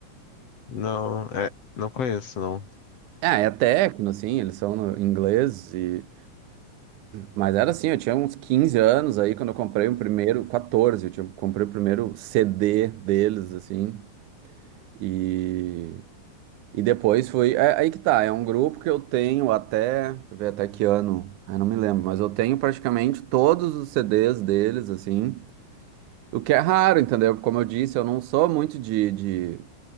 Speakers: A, on the left; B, on the right.
A: Não, é, não conheço, não.
B: É, é techno, assim, eles são no inglês, e... mas era assim, eu tinha uns 15 anos aí quando eu comprei o primeiro, 14, eu tinha, comprei o primeiro CD deles, assim, e E depois fui. É, aí que tá, é um grupo que eu tenho até. Deixa eu ver até que ano. Ah, não me lembro, mas eu tenho praticamente todos os CDs deles, assim. O que é raro, entendeu? Como eu disse, eu não sou muito de, de,